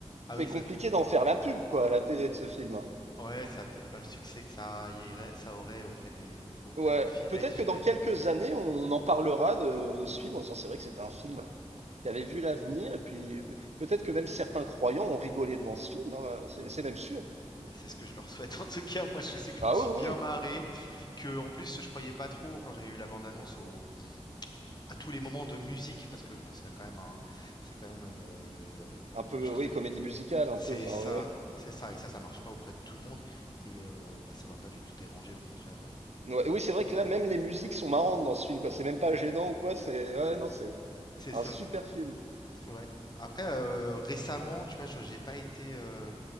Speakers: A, on the left; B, on the right.
A: Ah
B: c'est
A: oui, ça.
B: compliqué d'en faire la pub, quoi, à la télé de ce film. hein.
A: Ouais, ça a peut-être pas le succès que ça irait- ça aurait auprès des, auprès
B: Ouais,
A: des fidèles,
B: peut-être
A: j'imagine.
B: que dans quelques années, on en parlera de, de ce film en disant c'est vrai que c'était un film qui avait vu l'avenir, et puis peut-être que même certains croyants ont rigolé devant ce film, hein, c'est c'est même sûr.
A: Bah, c'est ce que je leur souhaite. <laughs> En tout cas, moi, je sais que je
B: Ah
A: me suis
B: oui,
A: bien
B: oui,
A: marré, que en plus, je croyais pas trop quand j'avais eu la bande-annonce au- à tous les moments de musique, parce que bon, c'est quand même un, c'est quand même euh,
B: un peu,
A: quelque chose
B: oui,
A: de.
B: comédie musicale, un
A: C'est
B: peu, enfin,
A: ça,
B: ouais, ouais.
A: c'est ça, et ça, ça marche pas auprès de tout le monde, et euh, bah, ça m'a pas du tout dérangé, au contraire. euh.
B: Ouais, oui, c'est vrai que là, même les musiques sont marrantes dans ce film, quoi. C'est même pas gênant ou quoi, c'est, ouais, non, c'est
A: C'est
B: un
A: ça,
B: super film.
A: ouais. Après, euh, récemment, tu vois, je- j'ai pas été. euh,